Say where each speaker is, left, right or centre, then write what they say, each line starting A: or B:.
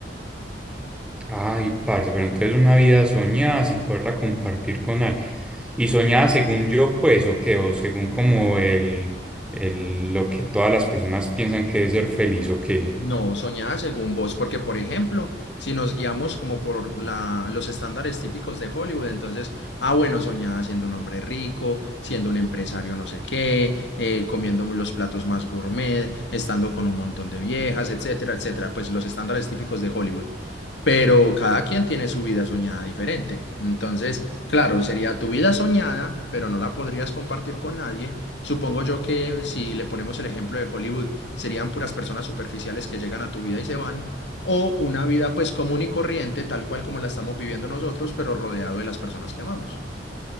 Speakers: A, in the centre; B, on the left.
A: ay, parce, pero entonces una vida soñada sin poderla compartir con alguien. Y soñada según yo, pues, o qué, o según como el, el, lo que todas las personas piensan que es ser feliz, o qué.
B: No, soñada según vos, porque por ejemplo, si nos guiamos como por la, los estándares típicos de Hollywood, entonces, ah, bueno, soñada siendo un hombre rico, siendo un empresario no sé qué, eh, comiendo los platos más gourmet, estando con un montón de viejas, etcétera, etcétera, pues los estándares típicos de Hollywood. pero cada quien tiene su vida soñada diferente. Entonces, claro, sería tu vida soñada, pero no la podrías compartir con nadie. Supongo yo que si le ponemos el ejemplo de Hollywood, serían puras personas superficiales que llegan a tu vida y se van, o una vida pues común y corriente, tal cual como la estamos viviendo nosotros, pero rodeado de las personas que amamos.